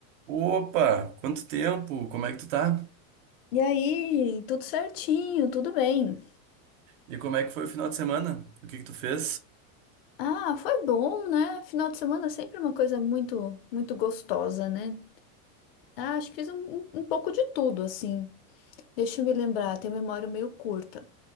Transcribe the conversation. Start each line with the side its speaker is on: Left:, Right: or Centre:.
Right: Opa, quanto tempo? Como é que tu tá?
Left: E aí, tudo certinho, tudo bem.
Right: E como é que foi o final de semana? O que que tu fez?
Left: Ah, foi bom, né? Final de semana é sempre uma coisa muito, muito gostosa, né? Ah, acho que fiz um, um um pouco de tudo, assim. Deixa eu me lembrar, tenho memória meio curta.